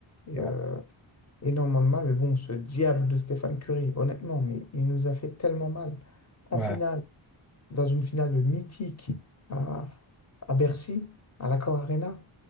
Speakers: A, on the left; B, in the centre.
A: Et,
B: c'est vrai.
A: euh, énormément de mal. Mais bon, ce diable de Stéphane Curry, honnêtement, mais il nous a fait tellement mal. En
B: ouais,
A: finale, dans une finale mythique à, à Bercy, à l'Accor Arena,